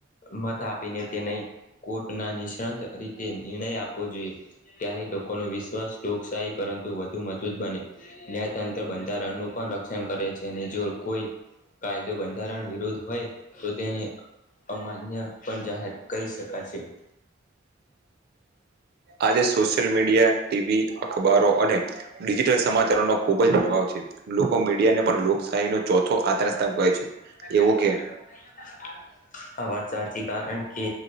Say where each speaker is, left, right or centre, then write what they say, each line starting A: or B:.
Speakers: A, on the left; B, on the right.
A: મત આપીને તે ન કોર્ટ ના નિષ્ણાંત રીતે નિર્ણય આપવો જોઈએ ત્યારે નો વિશ્વાસ લોકશાહી પરંતુ વધુ મજબૂત બને ન્યાયતંત્ર બંધાર રણનું પણ રક્ષણ કરે જો કોઈ કાયદો બંધારણ વિરુદ્ધ હોય તો તેને અમાન્ય પણ જાહેર કરી શકાય છે.
B: આજે સોશિયલ મીડિયા, ટીવી અખબારો અને ડિજિટલ સમાચારો નો ખૂબ જ પ્રભાવ છે લોકો મીડિયાને પણ લોકશાહી નો ચોથો આધાર સ્થાન કહે છે.
A: <unintelligible>
B: એવું કેમ?
A: આ વાત સાચી કારણ કે